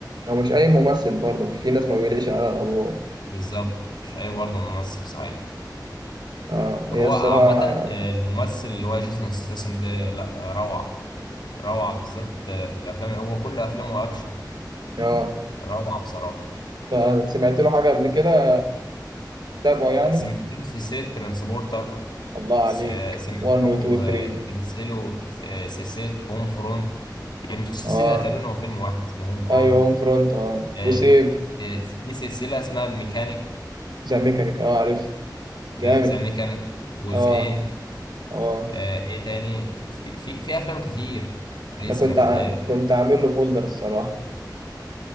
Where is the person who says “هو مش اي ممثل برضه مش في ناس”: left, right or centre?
Right